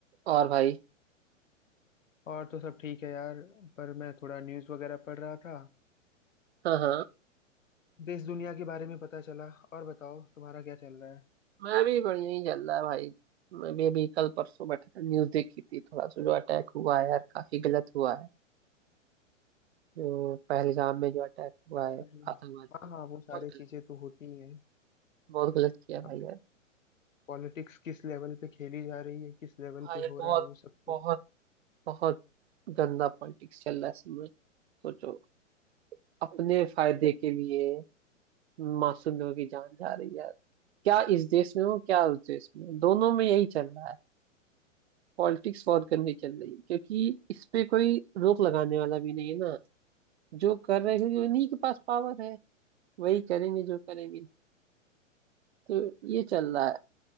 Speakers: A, on the right; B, on the left.
A: और भाई
B: और तो सब ठीक है यार पर मैं थोड़ा न्यूज़ वगैरह पढ़ रहा था
A: हाँ हाँ
B: देश दुनिया के बारे में पता चला और बताओ तुम्हारा क्या चल रहा है
A: मैं भी बढ़िया ही चल रहा है भाई मैं भी अभी कल परसों बैठा था न्यूज देखी थी थोड़ा सा जो अटैक हुआ है यार काफी गलत हुआ है जो पहलगाम में जो अटैक हुआ
B: और-
A: है आतंकवाद
B: हाँ
A: पे,
B: हाँ वो सारी
A: बहुत गलत
B: चीजें तो होती ही हैं
A: बहुत गलत किया भाई
B: अब
A: यार
B: पॉलिटिक्स किस लेवल पे खेली जा रही है किस लेवल
A: भाई
B: पे हो
A: बहुत
B: रहा है वो सब तो
A: बहुत बहुत गंदा पॉलिटिक्स चल रहा है इसमें सोचो अपने फायदे के लिए मासूम लोगों की जान जा रही है यार क्या इस देश में हो क्या उस देश में हो दोनों में यही चल रहा है पॉलिटिक्स बहुत गंदी चल रही है क्योंकि इस पे कोई रोक लगाने वाला भी नहीं है ना जो कर रहे हैं क्योंकि उन्हीं के पास पावर है वही करेंगे जो करेंगे तो ये चल रहा है